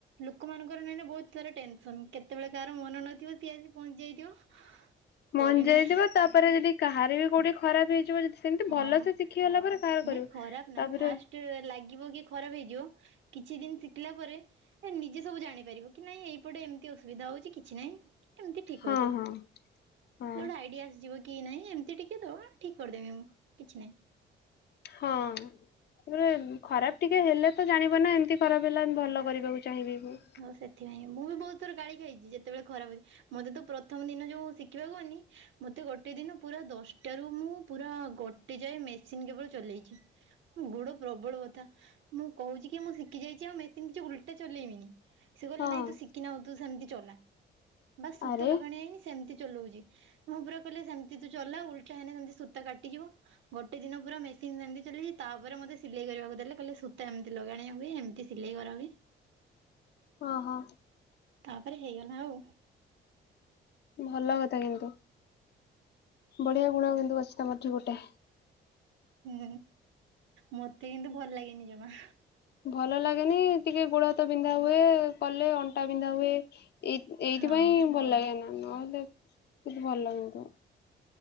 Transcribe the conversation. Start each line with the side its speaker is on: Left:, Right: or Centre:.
Right: ଲୋକମାନଙ୍କର ନାଇଁ ନା ବହୁତ ସାରା ଟେନସନ କେତେବେଳେ କାହାର ମନ ନଥିବ ସିଏ ଆସି ପହଞ୍ଚି ଯାଇଥିବ।
Left: ମଞଜାଇଥିବ
Right: କରିନେଇ
Left: ତାପରେ ଯଦି କାହାର ବି କୋଉଠି ଖରାପ ହେଇଯିବ ଯଦି ସେମିତି
Right: ହଁ
Left: ଭଲ ସେ ଶିଖିଗଲା ପରେ କାହାର କରିବ
Right: ନାଇଁ ଖରାପ ନା
Left: ତାପରେ
Right: ଫାଷ୍ଟ ଲାଗିବ କି ଖରାପ ହେଇଯିବ କିଛି ଦିନ ଶିଖିଲା ପରେ ଏ ନିଜେ ସବୁ ଜାଣି ପାରିବ କି ନାଇଁ ଏଇପଟେ ଏମତି ବିଧା ହଉଛି କିଛି ନାହିଁ ଏମତି ଠିକ
Left: ହଁ
Right: ହଉଯିବ
Left: ହଁ ହଁ
Right: ଗୋଟେ ଆଇଡିଆ ଆସିଯିବ। କି ନାହିଁ ଏମିତି ଟିକିଏ ଦବା ଠିକ୍ କରିଦେବି ମୁଁ କିଛି ନାହିଁ।
Left: ହଁ ତାପରେ ଖରାପ ଟିକେ ହେଲେ ତ ଜାଣିବ ନା ଏମତି ଖରାପ ହେଲା ଭଲ କରିବାକୁ ଚାହିଁବି ମୁଁ।
Right: ହଉ ସେଥିପାଇଁ ମୁଁ ବି ବହୁତ ଥର ଗାଳି ଖାଇଛି ଯେତେବେଳେ ଖରାପ ହଉଛି ମତେ ତ ପ୍ରଥମ ଦିନ ଯୋଉ ଶିଖିବାକୁ ଗଲି। ମତେ ଗୋଟେ ଦିନ ପୁରା ଦଶଟା ରୁ ମୁଁ ପୁରା ଗୋଟେ ଯାଏ ମେସିନ କେବଳ ଚଲେଇଛି। ମୋ ଗୋଡ ପ୍ରବଳ ବଥା ମୁଁ କହୁଛି କି ମୁଁ ଶିଖି ଯାଇଛି ଆଉ ମେସିନ୍ କିଛି ଉଲଟା ଚଲେଇବିନି। ସେ କହିଲେ
Left: ହଁ
Right: ନାଇଁ ତୁ ଶିଖିନାଉ ତୁ ସେମିତି ଚଲା ବାସ ସୂତା
Left: ଆରେ
Right: ଲଗାଣ ହେଇନି ସେମିତି ଚଲଉଛି। ମୁଁ ପୁରା କହିଲେ ସେମତି ତୁ ଚଲା ଉଲଟା ହେଲେ ସେମିତି ସୂତା କାଟିଯିବ ଗୋଟେ ଦିନ ପୁରା ମେ <unintelligible> ତାପରେ ମୋତେ ସିଲେଇ କରିବାକୁ ଦେଲେ କହିଲେ ସୂତା ଏମିତି ଲଗାଣିଆ ହୁଏ ଏମିତି ସିଲେଇ କରାହୁଏ।
Left: ଓହୋ।
Right: ତାପରେ ହେଇଗଲା ଆଉ।
Left: ଭଲ କଥା କିନ୍ତୁ ବଢିଆ ଗୁଣ କିନ୍ତୁ ଅଛି ତମର ଠି ଗୋଟେ।
Right: ହୁଁ ମତେ କିନ୍ତୁ ଭଲ ଲାଗେନି ଜମା।
Left: ଭଲ ଲାଗେନି ଟିକେ ଗୋଡ ହାତ ବିନ୍ଧା ହୁଏ କଲେ ଅଣ୍ଟା ବିନ୍ଧା ହୁଏ। ଏଇ ଏଇଥିପାଇଁ
Right: ହଁ।
Left: ଭଲ ଲାଗେ ନା ନହେଲେ ଭଲ କିନ୍ତୁ।